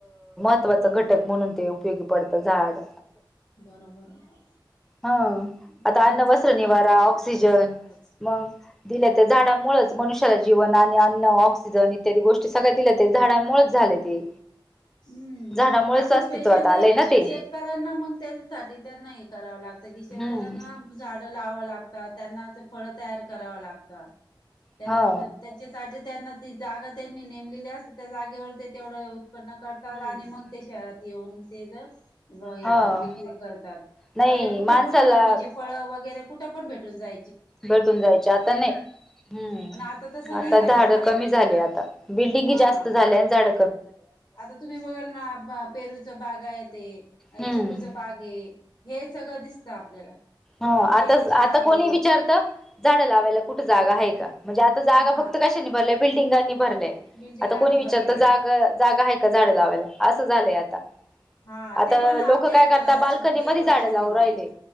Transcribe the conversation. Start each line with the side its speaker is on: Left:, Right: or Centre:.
Centre: महत्त्वाच घटक म्हणून ते उपयोगी पडतं झाड
Left: बरोबर आहे
Centre: हम
Left: झाडांचं
Centre: आता अन्न वस्त्र
Left: खूप
Centre: निवारा
Left: महत्त्व आहे खरंच
Centre: ऑक्सिजन
Left: खरंच
Centre: मग दिल्या त्या झाडामुळेच मनुष्याला जीवन आणि अन्न ऑक्सिजन इत्यादी गोष्टी सगळ्या दिल्यात झाडामुळेच झा झाले ते
Left: हम्म
Centre: झाडामुळेच
Left: आता
Centre: अस्तित्वात
Left: स्पेशली
Centre: आलंय ना ते
Left: शेतकऱ्यांना मग त्याच्यासाठी त्यांना हे करावं लागत की शेतकऱ्यांना
Centre: हम्म
Left: झाडं लावाव लागतात त्यांनाच फळ तयार करावं लागतात त्यांना
Centre: हा
Left: त्याच्यासाठी त्यांना ती जागा त्यांनी नेमलेली अस त्या जागेवर ते तेवढं करतात
Centre: हम्म
Left: आणि मग ते शहरात येऊन तेच हे
Centre: हा
Left: कर विक्री करतात
Centre: नाही
Left: पहिले कुठं
Centre: माणसाला
Left: पण म्हणजे फळं वगैरे कुठे पण भेटून जाात
Centre: भटून जायचे आता नाही हम्म
Left: पण आता तसं
Centre: आता
Left: नाही राहिलं
Centre: झाड
Left: ना
Centre: कमी झाली आता बिल डेंगी
Left: हा.
Centre: जास्त झाल्या झाड
Left: आता तुम्ही बघाल ना पेरूचा बागा आहे ते
Centre: हम्म
Left: चिकूच बाग आहे हे सगळं दिसतं आपल्याला
Centre: हो
Left: केळीचे
Centre: आता आता
Left: बागे
Centre: कोणी विचारत झाडं लावायला कुठे जागा आहे का म्हणजे आता जागा
Left: हा
Centre: फक्त कशा नि भरल्या बिल्डिंगा नि भरलंय
Left: बिल्डिंगाने
Centre: आता कोणी विचारत
Left: भरलेल्या
Centre: जाग जागा आहे का झाडं लावायला असं झालंय आता
Left: हा
Centre: आता
Left: ते पण आपल्या
Centre: लोक काय करतात
Left: घरासमोर
Centre: बालकणी
Left: डेकोरेशन
Centre: मधच लावू
Left: म्हणून
Centre: राहिले